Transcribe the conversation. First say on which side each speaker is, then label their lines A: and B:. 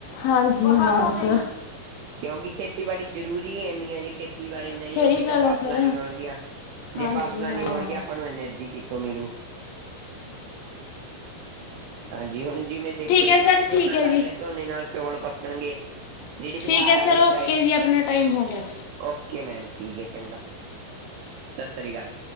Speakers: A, on the left; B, on the right.
A: ਹਾਂਜੀ- ਹਾਂਜੀ।
B: ਕਿਉਂਕਿ ਖੇਤੀਬਾੜੀ ਜ਼ਰੂਰੀ ਏਨੀ ਐ ਜੇ ਖੇਤੀਬਾੜੀ ਨਹੀਂ
A: ਸਹੀ
B: ਹੋਊਗੀ ਤਾਂ
A: ਗੱਲ
B: ਫਾਸਲਾ
A: ਹੈ ਸਰ
B: ਨੀ ਹੋਣਗੀਆਂ। ਜੇ
A: ਹਾਂਜੀ
B: ਫਾਸਲਾਂ
A: ਹਾਂ
B: ਨੀ ਹੋਣਗੀਆਂ ਆਪਾਂ ਨੂੰ ਐਨਰਜੀ ਕਿੱਥੋਂ ਮਿਲੂ? ਹਾਂਜੀ। ਹੁਣ ਜਿਵੇਂ ਦੇਖੋ
A: ਠੀਕ
B: ਜੀ
A: ਹੈ ਸਰ
B: ਹੁਣ ਝੋਨਾ
A: ਠੀਕ ਹੈ
B: ਲੱਗ
A: ਜੀ
B: ਰਯੈ, ਝੋਨੇ ਨਾਲ ਚੌਲ ਪੱਕਣਗੇ। ਜਿਹੜੀ ਬਿਹਾਰ
A: ਠੀਕ ਏ
B: ਵਾਲੀ
A: ਫੇਰ ਓਕੇ
B: ਸਾਈਡ
A: ਜੀ ਆਪਣਾ ਟਾਈਮ ਹੋ ਗਯੈ।
B: ਓਕੇ ਮੈਮ ਠੀਕ ਏ ਚੰਗਾ, ਸਸ੍ਰੀ ਕਾਲ।